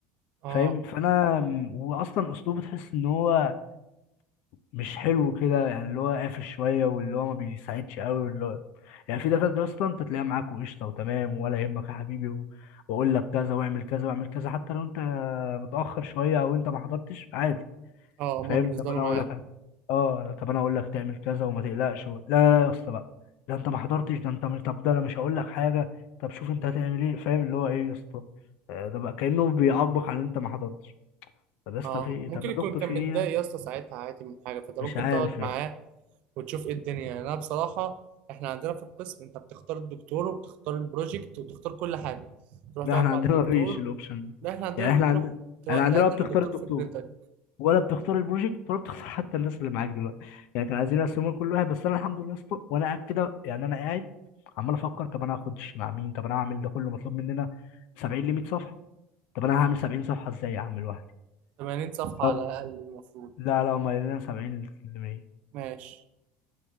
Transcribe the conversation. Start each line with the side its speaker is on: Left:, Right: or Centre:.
Right: اه
Left: فاهم فانا م- واصلا اسلوبه تحس ان هو مش حلو كده يعني اللي هو قافش شويه واللي هو ما بيساعدش قوي واللي هو يعني في دكاتره اصلا انت تلاقيها معاك وقشطه وتمام ولا يهمك يا حبيبي و... واقول لك كذا واعمل كذا واعمل كذا حتى لو انت متاخر شويه او انت ما حضرتش عادي
Right: اه هما
Left: فاهم
Right: بالنسبة
Left: طب
Right: له
Left: انا
Right: معاد
Left: اقول لك اه طب انا اقول لك تعمل كذا وما تقلقش و... لا لا يا اسطى بقى ده انت ما حضرتش ده انت مش طب ده انا مش هقول لك حاجه طب شوف انت هتعمل ايه فاهم اللي هو ايه يا اسطى آه، ده بقى كانه بيعاقبك على ان انت ما حضرتش طب يا اسطى
Right: اه
Left: في ايه
Right: ممكن
Left: طب يا
Right: يكون
Left: دكتور
Right: كان
Left: في
Right: متضايق
Left: ايه يعني؟
Right: يا اسطى ساعتها عادي من حاجه فانت ممكن
Left: مش عارف
Right: تقعد معاه
Left: يا اسطى
Right: وتشوف ايه الدنيا يعني انا بصراحه احنا عندنا في القسم انت بتختار الدكتور وبتختار البروجكت وبتختار كل حاجه تروح
Left: لا
Right: تقعد
Left: احنا عندنا
Right: مع الدكتور
Left: <laughs> ما فيش الاوبشن ده.
Right: لا احنا عندنا
Left: يعني
Right: بتروح
Left: احنا عندنا
Right: تو-
Left: انا عندنا
Right: تقدم
Left: بقى بتختار
Right: للدكتور
Left: الدكتور
Right: فكرتك
Left: ولا بتختار البروجكت ولا بتختار حتى الناس اللي معاك دلوقتي يعني كانوا عايزين يقسموا كل واحد بس انا الحمد لله يا اسطى وانا قاعد كده يعني انا قاعد عمال افكر طب انا هاخد مع مين طب انا هعمل ده كله مطلوب مننا 70 ل 100 صفحه طب انا هعمل 70 صفحه ازاي يا عم لوحدي
Right: 80 صفحه
Left: طب
Right: على الاقل المفروض
Left: لا لا هم قايلين لنا 70 ل 100
Right: ماشي